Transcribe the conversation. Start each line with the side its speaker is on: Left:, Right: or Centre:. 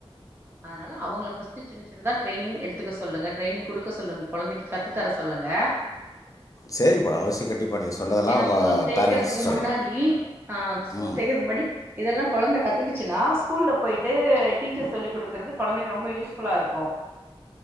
Right: அதனால அவங்கள ஃபர்ஸ்ட் <unintelligible> சின்ன சின்ன என்னதா ட்ரைனிங் எடுத்துக்க சொல்லுங்க டிரைனிங் குடுக்க சொல்லுங்க கொழந்தைக்கு கத்து தர சொல்லுங்க
Left: சரி மேடொ அவசியம் கண்டிப்பா நீங்க சொன்னதெல்லா
Right: ம் ஏன்னா
Left: அவுங்க
Right: ஸ்கூல் சேக்கறதுக்கு
Left: பேரண்ட்ஸ் சொல்றே
Right: முன்னாடி ஆ ஸ்கூல்
Left: ம்
Right: சேக்கறதுக்கு முன்னாடி இதெல்லா கொழந்த கத்துக்குச்சுன்னா ஸ்கூல்ல போயிட்டு டீச்சர் சொல்லிக் குடுக் க்கிறது கொழந்தைக்கு ரொம்ப யூஸ்ஃபுல்லா இருக்கு